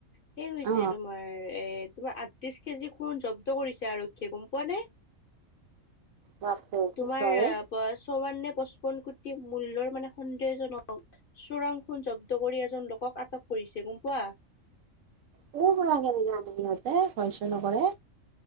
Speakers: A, on the left; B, on the right.
A: সেই হৈছে
B: অ
A: তোমাৰ এ? তোমাৰ আঠত্ৰিশ কেজি সোণ জব্দ কৰিছে আৰক্ষীয়ে গম পোৱা নে?
B: বাপৰে কি
A: তোমাৰ
B: কয়
A: পছ, ছৌৱান্নেে, পঁচপন্ন কোটি মূল্যৰ মানে সন্দেহজনক। চোৰাং খুণ জব্দ কৰি এজন লোকক আটক কৰিছে, গম পোৱা?
B: ক'ৰ পৰা কেনেকে আনে সিহঁতে ভয় ছয় নকৰে।